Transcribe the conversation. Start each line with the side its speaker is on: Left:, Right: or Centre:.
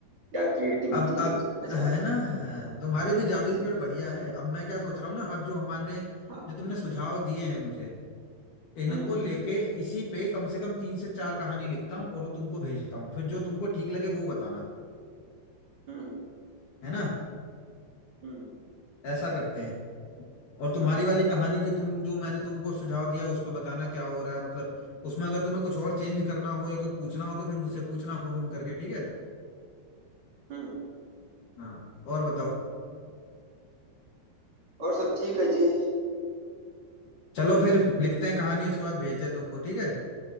Right: क्या क्रिएटिविटी
Left: अब अब
Right: है मजा
Left: है
Right: आ
Left: ना हाँ तुम्हारे भी जादुई
Right: गया। जी
Left: पेड़
Right: जी
Left: बढ़िया है अब मैं क्या सोच रहा हूँ ना अब जो हमारे
Right: हाँ
Left: जो तुमने सुझाव दिए हैं मुझे इनको
Right: हम्म हम्म
Left: लेके इसी पे कम से कम तीन से चार कहानी लिखता हूँ और वो तुमको भेजता हूँ फिर जो तुमको ठीक लगे वो बताना
Right: हम्म
Left: है ना
Right: हम्म
Left: ऐसा करते हैं और तुम्हारी
Right: हम्म हम्म हम्म,
Left: वाली कहानी जो तुम जो मैंने तुमको सुझाव दिया उस पे बताना क्या हो रहा है मतलब उसमें अगर तुम्हें कुछ और चेंज करना हो या कुछ पूछना हो तो फिर मुझसे पूछना फोन ऑन करके ठीक है
Right: हम्म।
Left: हाँ और बताओ
Right: और सब ठीक है जी।
Left: चलो फिर लिखते हैं कहानी उसके बाद भेजते हैं तुमको ठीक है